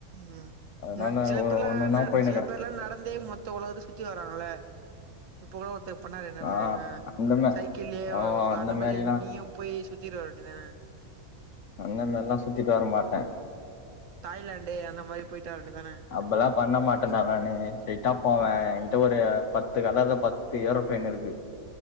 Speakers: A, on the right (about 65°); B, on the left (about 65°).
A: ம்
B: அதனால
A: ந சில
B: ஒரு
A: பேர்லா
B: ஒன்னொன்னா
A: ந
B: போயினுக்கிறே
A: சில பேர்லாம் நடந்தே மொத்த மொத்த உலகத்தையு சுத்தி வராங்கள்ள இப்ப கூடோ ஒ ஒருத்தர் பண்ணாரே நட
B: நா
A: ஆ
B: அந்தமே
A: சைக்கிள்ளயே
B: ஓ
A: அந்த மாரி
B: மாரிலா
A: நீயும் போய் சுத் சுத்திட்டு வரவேண்டி தானே
B: அந்தம் மாரில்லா சுத்திட்டு வர மாட்டே
A: தாய்லாண்டு அந்த மாரி போயிட்டு வர வேண்டிதானே
B: அப்பில்லா பண்ண மாட்டன்டா நானு ஸ்ட்ரெட்டா போவே
A: ஆ
B: என்கிட்ட ஒரு பத்து கலர்ல பத்து பத்து ஏரோப்ளேன் இருக்கு